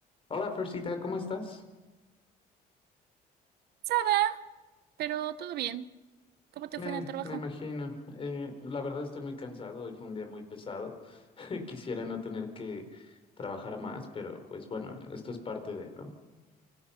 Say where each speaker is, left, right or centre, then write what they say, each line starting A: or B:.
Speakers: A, on the left; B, on the right.
A: Hola, Fersita, ¿cómo estás?
B: Sada, pero todo bien. ¿Cómo te
A: Me,
B: fue en el trabajo?
A: me imagino. Eh, la verdad estoy muy cansado, hoy fue un día muy pesado. <laughs> Quisiera no tener que trabajar más, pero pues bueno, esto es parte de, ¿no?